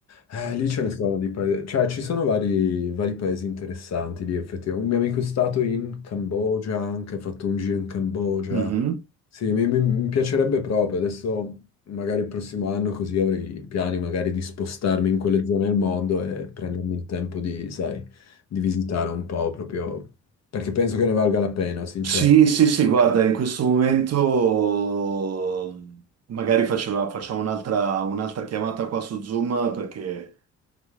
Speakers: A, on the left; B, on the right.
A: Eh, lì ce ne sono di paesi, cioè ci sono vari, vari paesi interessanti lì effettivamente. Un mio amico è stato in Cambogia, anche ha fatto un giro in Cambogia.
B: Mhm.
A: Sì, mi, mi- mi piacerebbe proprio. Adesso magari il prossimo anno così avrei piani magari di spostarmi in quelle zone del mondo e prendermi il tempo di, sai, di visitare un po' proprio, perché penso che ne valga la pena, sinceramente.
B: Sì, sì, sì, guarda, in questo momento magari faceva- facciamo un'altra un'altra chiamata qua su Zoom perché